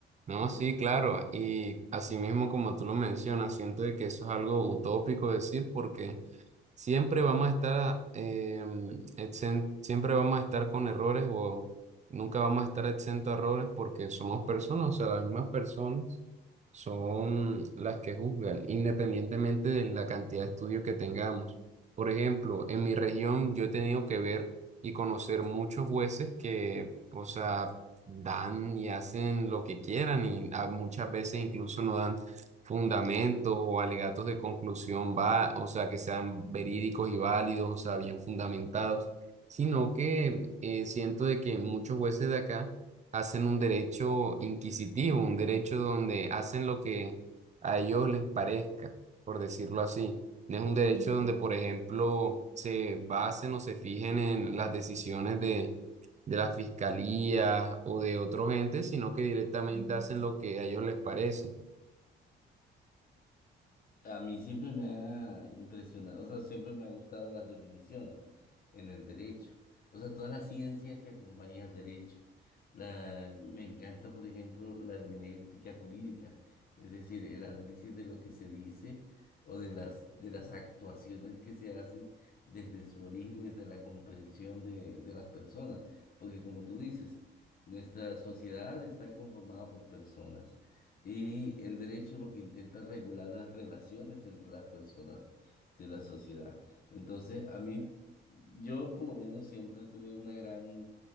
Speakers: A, on the right; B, on the left.
A: No, sí, claro. Y asimismo, como tú lo mencionas, siento de que eso es algo utópico decir porque Siempre vamos a estar, a- em, exen- siempre vamos a estar con errores o nunca vamos a estar exento a errores porque somos personas, o sea, las mismas personas son las que juzgan, independientemente de la cantidad de estudios que tengamos. Por ejemplo, en mi región yo he tenido que ver y conocer muchos jueces que, o sea, dan y hacen lo que quieran y a- muchas veces incluso no dan fundamentos o alegatos de conclusión va, o sea, que sean verídicos y válidos, o sea, bien fundamentados, sino que eh, siento de que muchos jueces de acá hacen un derecho inquisitivo, un derecho donde hacen lo que a ellos les parezca, por decirlo así. No es un derecho donde, por ejemplo, se basen o se fijen en las decisiones de, de la fiscalía o de otros entes, sino que directamente hacen lo que a ellos les parece.
B: A mí siempre me ha impresionado, o sea, siempre me ha gustado las definiciones en el derecho, o sea, toda la ciencia que acompaña al derecho. La, me encanta, por ejemplo, la hermenéutica jurídica, es decir, el análisis de lo que se dice o de las, de las actuaciones que se hacen desde su origen y de la comprensión de, de las personas, porque como tú dices, nuestra sociedad está conformada por personas. Y el derecho lo que intenta regular las relaciones entre las personas de la sociedad. Entonces, a mí, yo por lo menos siempre tuve una gran